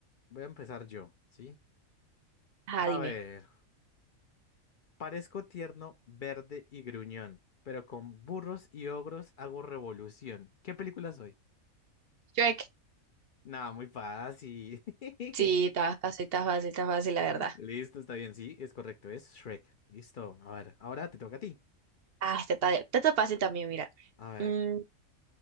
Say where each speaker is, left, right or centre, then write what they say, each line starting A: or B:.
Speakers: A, on the left; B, on the right.
A: Voy a empezar yo, ¿sí?
B: Ajá,
A: A
B: dime.
A: ver. Parezco tierno, verde y gruñón, pero con burros y ogros hago revolución. ¿Qué película soy?
B: Shrek.
A: Nada, muy fácil.
B: Sí,
A: <laughs>
B: está fácil, está fácil, está fácil, la verdad.
A: Listo, está bien, sí, es correcto, es Shrek. Listo, a ver, ahora te toca a ti.
B: Ah, este está, este está fácil también, mira.
A: A ver.
B: Mm,